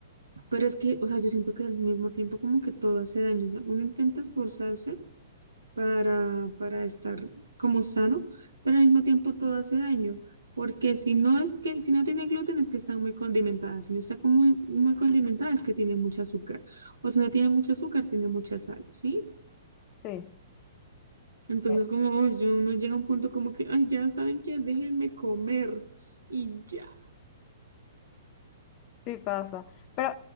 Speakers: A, on the right (about 85°); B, on the left (about 35°).
A: Pero es que, o sea, yo siento que al mismo tiempo como que todo hace daño. O sea, uno intenta esforzarse, para, para estar como sano, pero al mismo tiempo todo hace daño, porque si no es que, si no tiene gluten es que está muy condimentada, si no está como muy, muy condimentada es que tiene mucho azúcar, o si no tiene mucho azúcar, tiene mucha sal, ¿sí?
B: Sí,
A: Entonces
B: eh,
A: como uy, yo, uno llega a un punto como que, ay, ya saben que déjenme comer y ya.
B: sí pasa. Pero